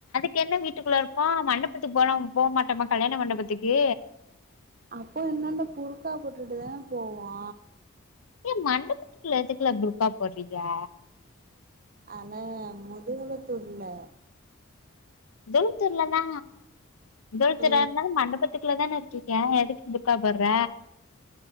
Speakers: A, on the left; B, on the right.
A: கென்ன வீட்டுக்குள்ள இருப்போ மண்டபத்துக்கு போலாம் போ மாட்டோமா கல்யாண மண்டபத்துக்கு
B: அப்போ என்னாண்ட புர்கா போட்டுட்டு தானே போவோ
A: ஏ மண்டபத்துக்குல எதுக்குல புர்கா போட்றீங்கெ
B: ஆன முதுகளத்தூர்ல
A: துல்தூர்ல தா துல்தூர்ரா
B: ஆ
A: இருந்தாலு மண்டபத்துக்குள்ள தானே இருக்கீங்க எதுக் புர்கா போட்ற